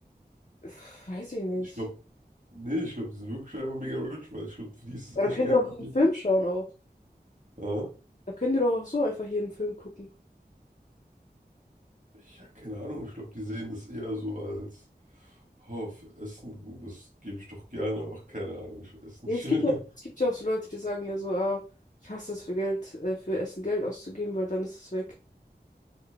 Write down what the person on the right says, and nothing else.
Ich glaube, nee, ich glaube, die sind wirklich einfach mega rich, weil ich glaube, für die ist es
echt
kein
Problem.
Ja,
ich habe keine Ahnung, ich glaube, die sehen das eher so als, oh, für Essen, das gebe ich doch gerne. Ach, keine Ahnung, ich weiß nicht.
<laughs>